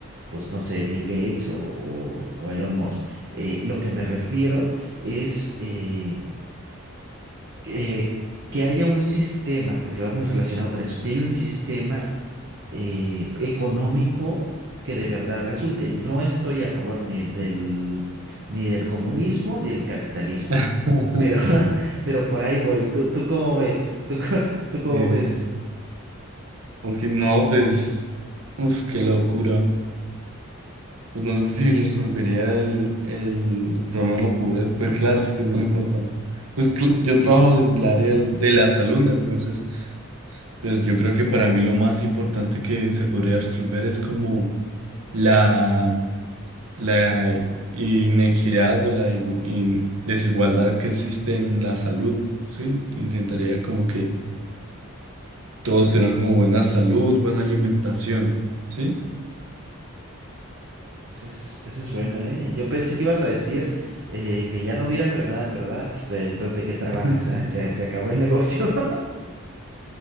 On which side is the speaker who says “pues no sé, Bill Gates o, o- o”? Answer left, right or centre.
Right